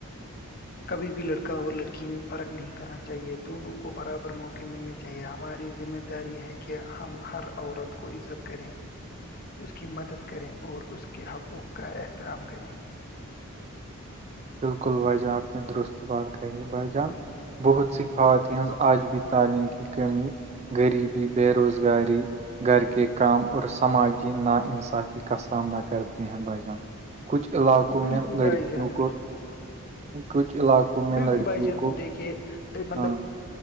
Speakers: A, on the right; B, on the left.
A: <unintelligible>
B: کبھی بھی لڑکا اور لڑکی میں فرق نہیں کرنا چاہیے دونوں کو برابر موقع ملنے کے چاہیے ہماری ذمہ داری ہے کہ ہم ہر عورت کو عزت کریں اس کی مدد کریں اور اس کے حقوق کا احترام کریں
A: بالکل وجا آ اپ نے درست بار کہ باجان بہت س خوات ہ آج بھی تعلیم کی کمی غریبی بے روزگاری گھر کے کام اور سماجی ناانصافی کا سامنا کرتے ہیں بائی جان کچھ علاقوں
B: بالکل
A: میں لڑکیوں
B: بھائی جان بالکل
A: کو
B: بک
A: کچھ علاقوں میں
B: بالکل
A: لڑکیوں
B: بھائی جان
A: کو
B: دیکھیے مطلب
A: ہاں